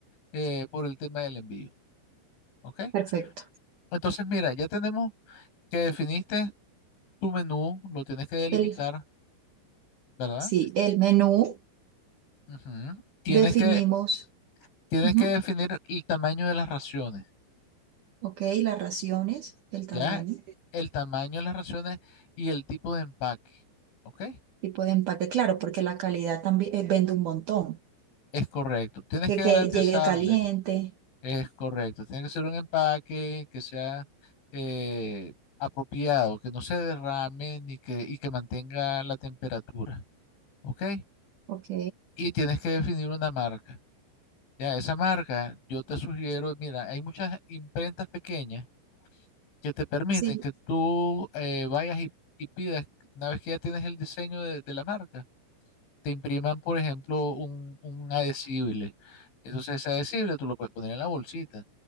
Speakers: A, on the left; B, on the right.
A: eh, por el tema del envío, ¿ok?
B: Perfecto.
A: Entonces, mira, ya tenemos que definiste tu menú, lo tienes que delimitar,
B: El,
A: ¿verdad?
B: sí, el menú
A: Ujú. Tienes
B: definimos,
A: que, tienes
B: ujú,
A: que definir el tamaño de las raciones,
B: ok, las raciones, el tamaño,
A: ¿ya? El tamaño de las raciones y el tipo de empaque, ¿ok?
B: tipo de empaque, claro, porque la calidad también eh, vende un montón.
A: Es correcto, tienes
B: Que,
A: que
B: que
A: garantizarle,
B: llegue caliente,
A: es correcto, tiene que ser un empaque que sea eh, apropiado, que no se derrame ni que, y que mantenga la temperatura, ¿ok?
B: ok,
A: Y tienes que definir una marca. Ya, esa marca, yo te sugiero, mira, hay muchas imprentas pequeñas que te permiten
B: sí,
A: que tú eh, vayas y, y pidas, una vez que ya tienes el diseño de, de la marca, te impriman, por ejemplo, un, un adhesible. Entonces ese adhesible tú lo puedes poner en la bolsita